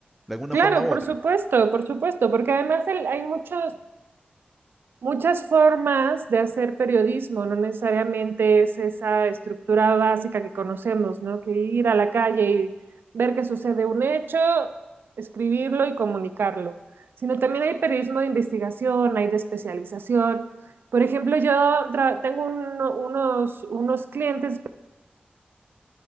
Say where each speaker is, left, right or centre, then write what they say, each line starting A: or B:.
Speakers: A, in the centre; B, on the right.
A: De alguna
B: claro,
A: forma u
B: por
A: otra.
B: supuesto, por supuesto, porque además el- hay muchos Muchas formas de hacer periodismo, no necesariamente es esa estructura básica que conocemos, ¿no? Que ir a la calle y ver que sucede un hecho, escribirlo y comunicarlo, sino también hay periodismo de investigación, hay de especialización. Por ejemplo, yo tra- tengo uno- unos, unos clientes